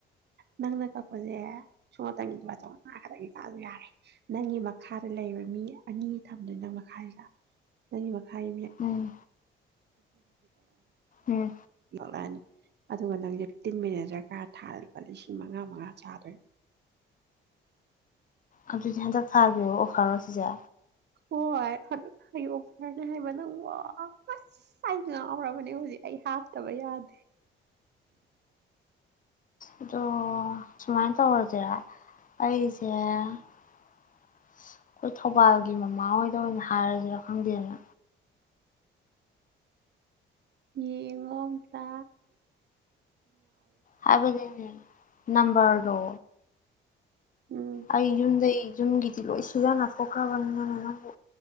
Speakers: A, on the right; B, on the left.
A: ꯅꯪꯅ ꯀꯛꯄꯁꯦ ꯁꯣꯇꯪꯒꯤꯉ ꯈꯛꯇꯪ ꯀꯛꯑꯁꯨ ꯌꯥꯔꯦ ꯅꯪꯒꯤ ꯃꯈꯥꯗ ꯂꯩꯕ ꯃꯤ ꯑꯅꯤ ꯊꯝꯗꯣꯏ ꯅꯪ ꯃꯈꯥꯁꯤꯗ ꯅꯪꯒꯤ ꯃꯈꯥ <unintelligible>
B: ꯎꯝ ꯎꯝ
A: <unintelligible> <unintelligible> ꯑꯗꯨꯒ ꯅꯪ ꯐꯤꯞꯇꯤꯟ ꯃꯤꯅꯖꯔ ꯊꯥ ꯂꯨꯄꯥ ꯂꯤꯁꯤꯡ ꯃꯉꯥ ꯃꯉꯥ ꯆꯥꯗꯨꯏꯕ
B: ꯑꯗꯨꯗꯤ ꯍꯟꯗꯛ ꯊꯥꯈꯤꯕꯣ ꯑꯣꯈꯥꯔꯣ ꯁꯤꯁꯦ
A: ꯍꯣꯏ ꯑꯗꯨ ꯑꯩ ꯑꯣꯐꯔꯅꯦ ꯍꯥꯏꯕ ꯅꯪ ꯋꯥꯁ ꯑꯩ ꯉꯥꯎꯔꯕꯅꯦ ꯍꯧꯖꯤꯛ ꯑꯩ ꯍꯥꯞꯇꯕ ꯌꯥꯗꯦ
B: ꯑꯗꯣ ꯁꯨꯃꯥꯏꯅ ꯇꯧꯔꯁꯤꯔꯥ ꯑꯩꯁꯦ ꯑꯩꯈꯣꯏ ꯊꯧꯕꯥꯜꯒꯤ ꯃꯃꯥꯍꯣꯏꯗ ꯑꯣꯏꯅ ꯍꯥꯏꯔꯁꯤꯔꯥ ꯈꯪꯗꯦꯅ
A: ꯌꯦꯉꯝꯇ
B: ꯍꯥꯕ ꯅꯝꯕꯔ ꯗꯣ
A: ꯎꯝ
B: ꯑꯩ ꯌꯨꯝꯗꯒꯤꯩ ꯌꯨꯝꯒꯤꯗꯤ ꯂꯣꯏ ꯁꯤꯖꯟꯅ ꯈꯣꯛꯈ꯭ꯔꯕꯅꯤꯅ ꯅꯪꯕꯨ